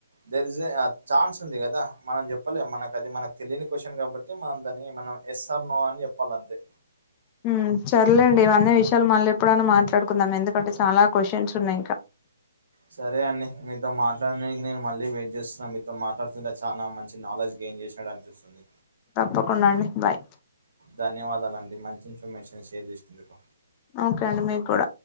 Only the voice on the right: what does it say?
There is a uh chance ఉంది గదా! మనం చెప్పలేం మనకు అది మనక్ తెలియని క్వశ్చన్ కాబట్టి, మనం దాన్ని మనం ఎస్ ఆర్ నో అని చెప్పాలి అంతే.
సరే అండి మీతో మాట్లాడనికి నేను మళ్ళీ వెయిట్ చేస్తాన్. మీతో మాట్లాడుతుంటే చానా మంచి నాలెడ్జ్ గెయిన్ చేషినట్ అని పిస్తుంది.
ధన్యవాదాలండి. మంచి ఇన్ఫర్మేషన్ షేర్ చేసినందుకు.